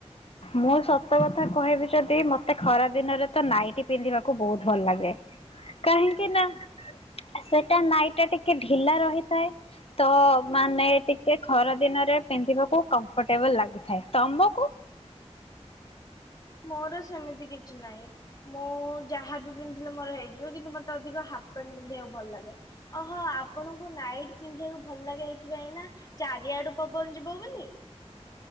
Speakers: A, on the left (about 55°); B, on the left (about 35°).
A: ମୁଁ ସତ କଥା କହିବି ଯଦି ମତେ ଖରା ଦିନରେ ତ ନାଇଟି ପିନ୍ଧିବାକୁ ବହୁତ ଭଲ ଲାଗେ। କାହିଁକି ନା ସେଟା ନାଇଁଟା ଟିକେ ଢିଲା ରହିଥାଏ ତ ମାନେ ଟିକେ ଖରା ଦିନରେ ପିନ୍ଧିବାକୁ କମ୍ଫର୍ଟେବଲ ଲାଗିଥାଏ ତମକୁ?
B: ମୋର ସେମିତି କିଛି ନାହିଁ ମୁଁ ଯାହାବି ପିନ୍ଧିଲେ ମୋର ହେଇଯିବ କିନ୍ତୁ ମତେ ଅଧିକ ହାଫ ପ୍ୟାଣ୍ଟ ପିନ୍ଧିବାକୁ ଭଲ ଲାଗେ ଓହୋ ଆପଣଙ୍କୁ ନାଇଟ ପିନ୍ଧିବାକୁ ଭଲ ଲାଗେ ଏଇଥିପାଇଁ ନା ଚାରିଆଡୁ ପବନ ଯିବ ବୋଲି।